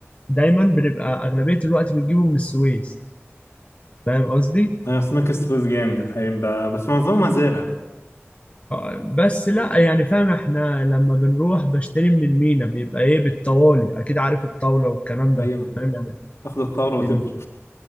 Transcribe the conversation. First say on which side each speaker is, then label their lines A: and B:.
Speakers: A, on the left; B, on the left.
A: دايما بنبقى اغلبية الوقت بنجيبه من السويس فاهم قصدي
B: <laughs> هي اسماك السويس جامد الحقيقة ب- بس معظمها مزارع
A: آه، بس لا يعني فاهم احنا لما بنروح بشتري من المينا بيبقى ايه بالطوالي اكيد عارف الطاولة والكلام ده
B: ايوه
A: فاهم يعني
B: تاخد الطاولة وتمشي
A: بي-